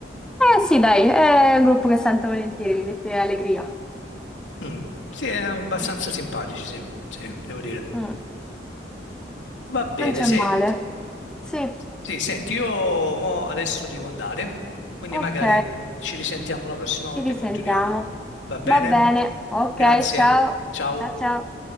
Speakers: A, in the centre; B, on the left.
A: Eh, sì, dai, è un gruppo che sento volentieri, mi mette allegria.
B: Mm. Sì, eh, abbastanza
A: Sì.
B: simpatici, sì, sì, devo dire.
A: Mm,
B: Va bene,
A: non c'è
B: senti.
A: male. Sì.
B: Sì, senti, io mo adesso devo andare, quindi
A: Ok,
B: magari ci risentiamo la prossima
A: ci
B: volta
A: risentiamo.
B: e continuiamo. Va bene?
A: Va bene, ok,
B: Grazie,
A: ciao,
B: ciao.
A: ciao ciao.